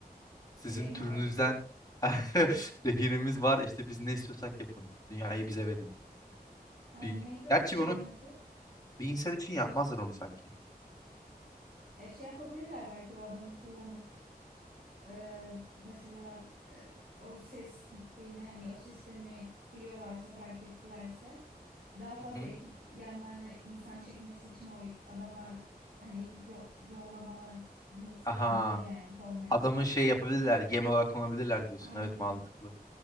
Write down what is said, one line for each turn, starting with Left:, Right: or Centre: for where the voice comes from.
Left: Sizin
Right: Rehin
Left: türünüzden
Right: al. <laughs>
Left: <laughs> rehinimiz var. İşte biz ne istiyorsak yapın. Dünyayı bize verin.
Right: Ay,
Left: Bir...
Right: neydi o
Left: Gerçi
Right: şeyin
Left: onu
Right: adı?
Left: bir insan için yapmazlar onu sanki.
Right: E, şey yapabilirler belki o adamı kullanıp Ee, mesela e, o ses gittiğini hani o sistemi biliyorlarsa fark ettilerse daha
Left: Hı
Right: fazla
Left: hı.
Right: ekip yanlarına insan çekmesi için o adama hani ekip yo- yollamalarını isteyebilir
Left: Aha.
Right: yani formaliteden.
Left: Adamı şey yapabilirler. Yem olarak kullanabilirler diyorsun.
Right: Aynen.
Left: Evet mantıklı.